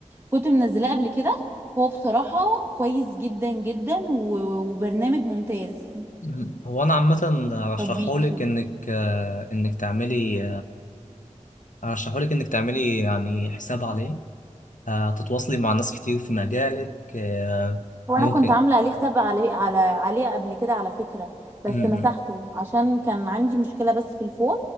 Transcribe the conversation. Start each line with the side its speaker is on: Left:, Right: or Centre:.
Right: كنت منزلاه قبل كده هو بصراحة كويس جدا جدا و- وبرنامج ممتاز
Left: مم. هو انا عامه ارشحهولك
Right: تطبيق سوري
Left: انك آه، انك تعملي أرشحهولك إنك تعملي يعني حساب عليه هتتواصلي مع ناس كتير في مجالك آه،
Right: وانا
Left: ممكن
Right: كنت عامله عليه حساب على على عليه قبل كده على فكره بس
Left: م -م.
Right: مسحته عشان كان عندي مشكله بس في الفون